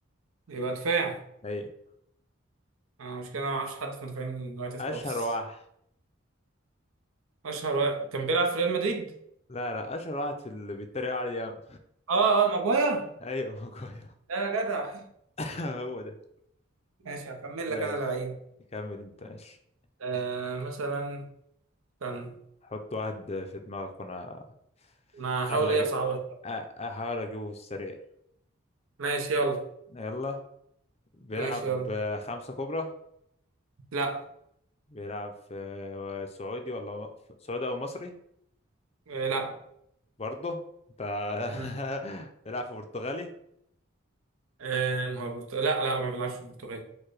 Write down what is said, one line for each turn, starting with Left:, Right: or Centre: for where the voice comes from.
Right: يبقى دفاع
Left: ايوه
Right: آه مش كده انا ما اعرفش حد في مدافعين اليونايتد
Left: اشهر
Right: خالص
Left: واحد
Right: اشهر واحد كان بيلعب في ريال مدريد
Left: لا لا اشهر واحد في اللي بيتريقوا عليه ياما.
Right: اه اه ماجواير
Left: ايوه <laughs> كويس
Right: لا يا جدع
Left: هو ده
Right: ماشي هكمل
Left: ايش
Right: لك انا لعيب
Left: كمل انت ماشي
Right: آه مثلا كان
Left: حط واحد في دماغك وانا ان
Right: ما
Left: شاء
Right: هحاول
Left: الله
Right: ايه اصعب
Left: أج- أ- احاول اجيبه في السريع
Right: ماشي يلا
Left: يلا بيلعب
Right: ماشي يلا
Left: خمسة كبرى
Right: لا
Left: بيلعب في سعودي ولا سعودي او مصري
Right: آه لا
Left: برضه انت <laughs>
Right: مم.
Left: بيلعب في برتغالي
Right: آه ما هو البرتغال لا لا ما بيلعبش في البرتغال